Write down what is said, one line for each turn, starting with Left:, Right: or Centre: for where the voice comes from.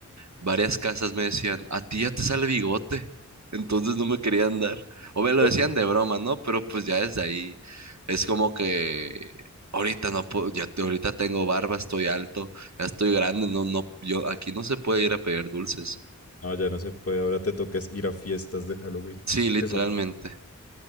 Right: varias casas me decían, a ti ya te sale bigote, entonces no me querían dar. O me lo
Left: Ok.
Right: decían de broma, ¿no? Pero pues ya desde ahí es como que ahorita no puedo, ya te- ahorita tengo barba, estoy alto, ya estoy grande, no, no, yo aquí no se puede ir a pedir dulces.
Left: No, ya no se puede. Ahora te toques ir a fiestas de Halloween.
Right: Sí, literalmente.
Left: ¿Qué son?